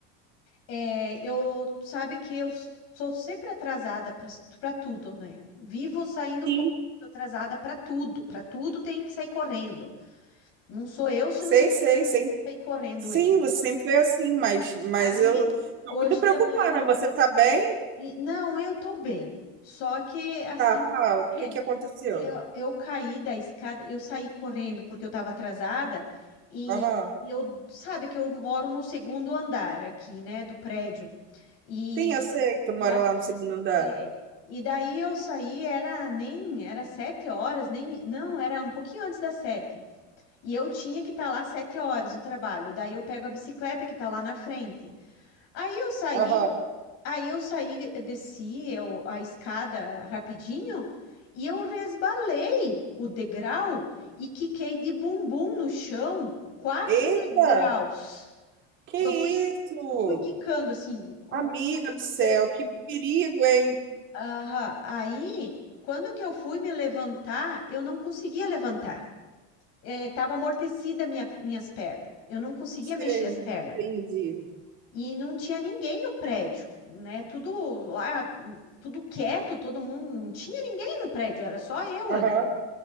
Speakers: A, on the left (about 50°); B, on the right (about 35°).
A: É, eu sabe que eu s- sou sempre atrasada para tudo, né? Vivo saindo
B: Sim.
A: correndo atrasada para tudo, para tudo tem que sair correndo. Não sou eu se
B: Sei,
A: não
B: sei, sei.
A: sair correndo
B: Sim,
A: ele.
B: você sempre foi assim, mas, mas
A: Aí
B: eu tô
A: hoje
B: muito preocupada.
A: de manhã,
B: Você tá bem?
A: e- não, eu tô bem. Só que assim,
B: Tá, fala. O
A: é,
B: que que aconteceu?
A: Eu, eu caí da escada, eu saí correndo porque eu estava atrasada e,
B: Aham.
A: e eu, sabe que eu moro no segundo andar aqui, né, do prédio. E,
B: Sim, eu sei que tu mora
A: e aqui,
B: lá no segundo andar.
A: é, e daí eu saí, era nem, era sete horas, nem, não, era um pouquinho antes das sete. E eu tinha que estar lá sete horas no trabalho. Daí eu pego a bicicleta que está lá na frente. Aí eu saí
B: Aham.
A: Aí eu saí, desci eu- a escada rapidinho e eu resbalei o degrau e quiquei de bumbum no chão, quatro
B: Eita!
A: degraus.
B: Que
A: Eu fui,
B: isso?
A: eu fui quicando assim, um,
B: Amiga
A: dois,
B: do céu,
A: três.
B: que perigo, hein?
A: Aham. Aí, quando que eu fui me levantar, eu não conseguia levantar. Estava amortecida minha, minhas pernas. Eu não conseguia
B: Sei,
A: mexer as pernas.
B: entendi.
A: E não tinha ninguém no prédio, né? Tudo lá, tudo quieto, todo mundo, não tinha ninguém no prédio, era só eu
B: Aham,
A: ali.